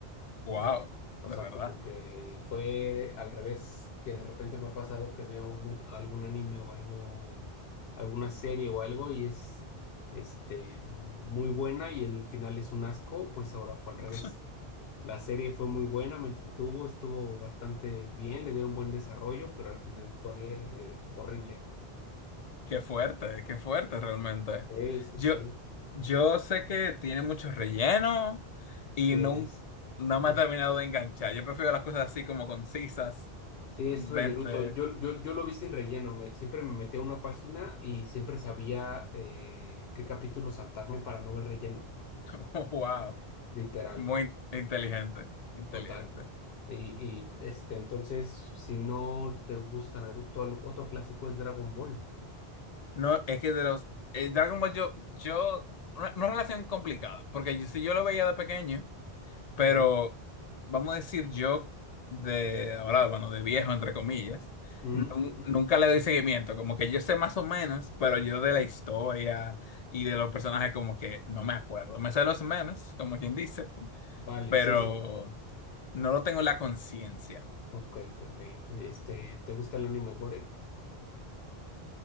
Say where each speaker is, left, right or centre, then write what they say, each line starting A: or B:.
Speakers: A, on the left; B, on the left.
A: Wow,
B: Eh, o
A: de
B: sea,
A: verdad.
B: como que fue al revés que de repente me ha pasado que veo mu- algún anime o algo, alguna serie o algo y es este muy buena y el final es un asco, pues ahora fue al revés.
A: <laughs>
B: La serie fue muy buena, me entretuvo, estuvo bastante bien, le dieron buen desarrollo, pero al final fue eh, horrible.
A: Qué fuerte, qué fuerte realmente.
B: Sí, sí,
A: Yo,
B: sí.
A: yo sé que tiene mucho relleno y
B: Sí,
A: no,
B: es,
A: no me
B: es-
A: ha terminado de enganchar. Yo prefiero las cosas así como concisas,
B: sí,
A: 20.
B: es rellenuto. Yo, yo, yo lo vi sin relleno. me- siempre me metía a una página y siempre sabía eh, qué capítulo saltarme para no ver relleno,
A: <laughs> Wow,
B: literal.
A: muy
B: O sea,
A: inteligente,
B: es- es
A: inteligente.
B: total. Y, y este, entonces, si no te gusta Naruto, algo- otro clásico es Dragon Ball.
A: No, es que de los eh, Dragon Ball yo, yo, una, una relación complicada, porque yo- si yo lo veía de pequeño, pero
B: Ok.
A: vamos a decir yo de ahora, bueno, de viejo entre comillas,
B: Mm,
A: nun-
B: mm.
A: nunca le doy seguimiento, como que yo sé más o menos, pero yo de la historia y de los personajes como que no me acuerdo. Me sé los memes, como quien dice,
B: Vale,
A: pero
B: sí, sí. sí.
A: no lo tengo en la conciencia.
B: Ok, ok, ok. Este, ¿te gusta el anime Gore?